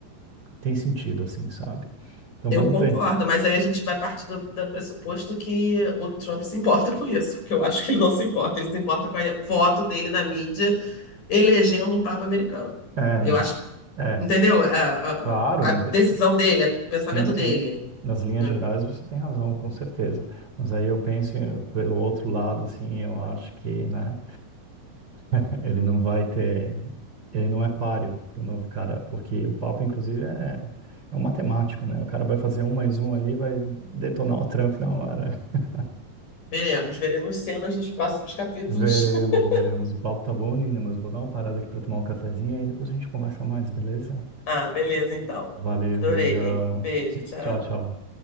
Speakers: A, on the right (about 30°); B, on the left (about 55°).
A: tem sentido, assim, sabe? Então
B: Eu
A: vamos
B: concordo,
A: ver.
B: mas aí a gente vai partir do, do pressuposto que o Trump se importa com isso, porque eu acho que ele não se importa. Ele se importa com a foto dele na mídia elegendo um Papa americano.
A: É,
B: Eu
A: de-
B: acho,
A: é,
B: entendeu?
A: sim,
B: A,
A: claro,
B: a- a
A: nas-
B: decisão dele, o pensamento
A: sim, sim.
B: dele,
A: Nas linhas
B: né?
A: gerais você tem razão, com certeza. Mas aí eu penso em- pelo outro lado, assim, eu acho que, né, <laughs> ele não vai ter, ele não é páreo para o novo cara, porque o papo, inclusive, é, é um matemático, né? O cara vai fazer um mais um ali, vai detonar o Trump na hora. <laughs>
B: Veremos, veremos cenas dos próximos capítulos.
A: Veremos,
B: <laughs>
A: veremos. O papo tá bom, Nina, mas eu vou dar uma parada aqui para tomar um cafezinho e depois a gente conversa mais, beleza?
B: Ah, beleza, então.
A: Valeu,
B: Adorei.
A: um beijão.
B: Um beijo,
A: <laughs>
B: tchau.
A: Tchau, tchau.